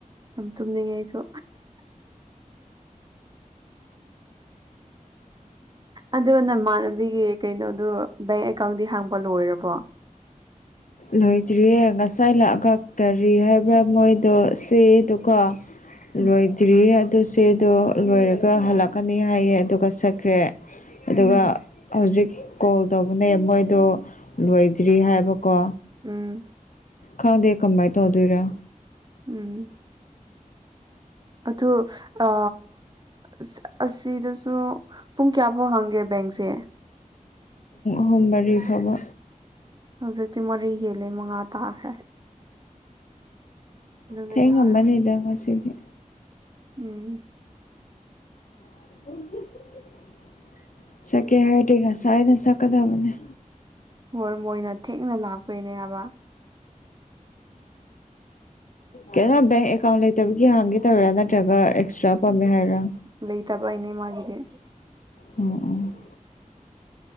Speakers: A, on the right (about 30°); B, on the left (about 65°).
A: ꯌꯥꯝ ꯇꯨꯝꯅꯤꯡꯉꯦ ꯑꯩꯁꯨ ꯑꯗꯣ ꯅꯃꯥꯟꯅꯕꯤꯒꯤ ꯀꯩꯅꯣꯗꯨ ꯕꯦꯡ ꯑꯦꯀꯥꯎꯟꯗꯤ ꯍꯥꯡꯕ ꯂꯣꯏꯔꯕꯣ
B: ꯂꯣꯏꯗ꯭ꯔꯤꯌꯦ ꯉꯁꯥꯏ ꯂꯥꯛ ꯈꯥꯛꯛꯇꯔꯤ ꯍꯥꯏꯕ꯭ꯔꯥ ꯃꯣꯏꯗꯣ ꯁꯤ ꯑꯗꯨꯒꯀꯣ
A: <inaudible>
B: ꯂꯣꯏꯗ꯭ꯔꯤꯌꯦ ꯑꯗꯨ ꯆꯦꯗꯣ ꯂꯣꯏꯔꯒ ꯍꯜꯂꯛꯀꯅꯤ ꯍꯥꯏꯌꯦ ꯑꯗꯨꯒ ꯆꯠꯈ꯭ꯔꯦ ꯑꯗꯨꯒ
A: ꯎꯝ
B: ꯍꯧꯖꯤꯛ ꯀꯣꯜ ꯇꯧꯕꯅꯦ ꯃꯣꯏꯗꯣ ꯂꯣꯏꯗ꯭ꯔꯤ ꯍꯥꯏꯕꯀꯣ
A: ꯎꯝ
B: ꯈꯥꯗꯦ ꯀꯃꯥꯏ ꯇꯧ ꯑꯗꯨꯔ
A: ꯎꯝ ꯑꯗꯨ ꯑ ꯑ ꯑꯁꯤꯗꯁꯨ ꯄꯨꯡ ꯀꯌꯥ ꯐꯥꯎ ꯍꯪꯒꯦ ꯕꯦꯡꯁꯦ
B: ꯍꯣꯝꯕꯔꯤ ꯐꯕ
A: ꯍꯧꯖꯤꯛꯇꯤ ꯃꯔꯤ ꯍꯦꯜꯂꯦ ꯃꯉꯥ ꯇꯥꯈ꯭ꯔꯦ ꯑꯗꯨꯅ
B: ꯊꯦꯡꯉꯝꯕꯅꯤ
A: ꯌꯥꯔꯣꯏ
B: ꯏꯪ ꯁꯤꯗ
A: ꯎꯝ
B: ꯎ ꯁꯀꯦ ꯍꯥꯏꯒ ꯁꯥꯏꯅ ꯁꯀꯗꯕꯅꯦ
A: ꯍꯣꯏ ꯃꯣꯏꯅ ꯊꯦꯡꯅ ꯂꯥꯛꯄꯩꯅꯦ ꯍꯥꯏꯕ
B: ꯀꯅ ꯦꯡꯀ ꯑꯦꯀꯥꯎꯟ ꯂꯩ ꯇꯕꯒꯤ ꯍꯥꯡꯒꯦ ꯅꯠꯇꯧꯔꯥ ꯅꯠꯇ꯭ꯔꯒ ꯑꯦꯛꯁꯇ꯭ꯔꯥ ꯄꯥꯝꯃꯦ ꯍꯥꯏꯔ
A: ꯂꯩꯩ ꯇꯕ ꯏꯅꯦ ꯃꯥꯗꯤꯦ
B: ꯎꯝ ꯎꯝ